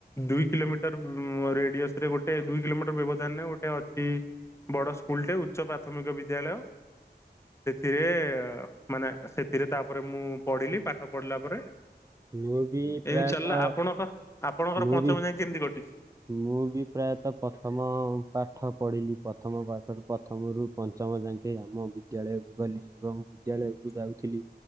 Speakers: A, on the left; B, on the right.
A: ଦୁଇ କିଲୋମିଟର ଉ ରେଡିଅସ ରେ ଗୋଟେ ଦୁଇ କିଲୋମିଟର ବ୍ୟବଧାନରେ ଗୋଟେ ଅଛି ବଡ଼ ସ୍କୁଲଟେ ଉଚ୍ଚ ପ୍ରାଥମିକ ବିଦ୍ୟାଳୟ ସେଥିରେ ମାନେ ସେଥିରେ ତାପରେ ମୁଁ ପଢିଲି ପାଠ ପଢିଲା ପରେ
B: ମୁଁ ବି
A: ଏମିତି
B: ପ୍ରାୟତଃ
A: ଚାଲିଲା ଆପଣଙ୍କ ଆପଣଙ୍କର
B: ମୁଁ
A: ପଞ୍ଚମ
B: ବି
A: ଯାଏ କେମିତି କଟିଛି?
B: ମୁଁ ବି ପ୍ରାୟତଃ ପ୍ରଥମ ପାଠ ପଢିଲି ପ୍ରଥମ ପାଠ ତ ପ୍ରଥମରୁୁ ପଞ୍ଚମ ଯାକେ ଆମ ବିଦ୍ୟାଳୟକୁ ଗଲି ଏବଂ ବିଦ୍ୟାଳୟକୁ ଯାଉଥିଲି।